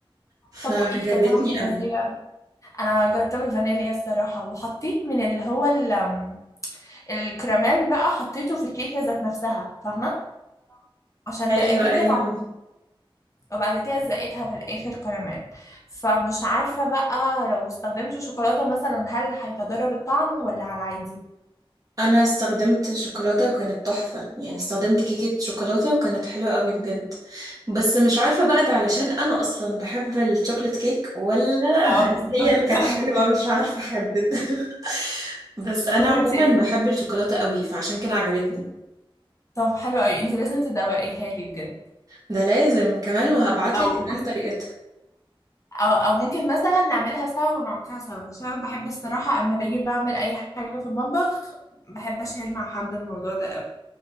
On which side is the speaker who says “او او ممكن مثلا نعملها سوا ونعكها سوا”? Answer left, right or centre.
Left